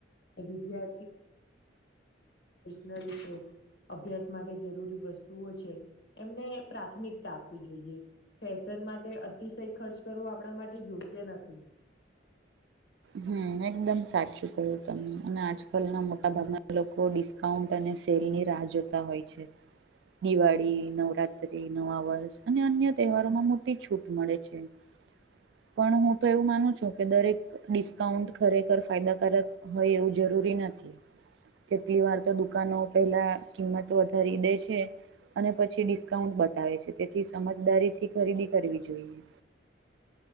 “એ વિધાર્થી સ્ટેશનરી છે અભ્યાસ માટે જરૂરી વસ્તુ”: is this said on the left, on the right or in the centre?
Left